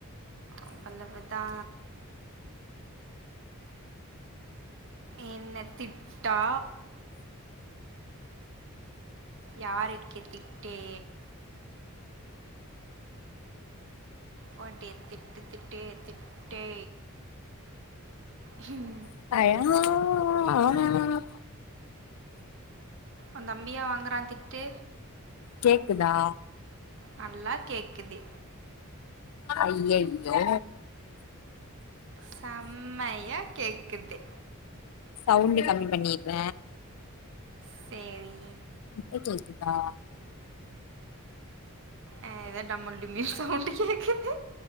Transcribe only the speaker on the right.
அவ்வளவு தா என்ன திட்டா யாருக்கி திட்டே போடி திட்டு திட்டு திட்டே ஹும்
உ தம்பியா வாங்குறா திட்டு
நல்லா கேக்குது
சம்மையா கேக்குது
சேரி
ஆ ஏத டமல் டுமில்னு சவுண்டு கேக்குது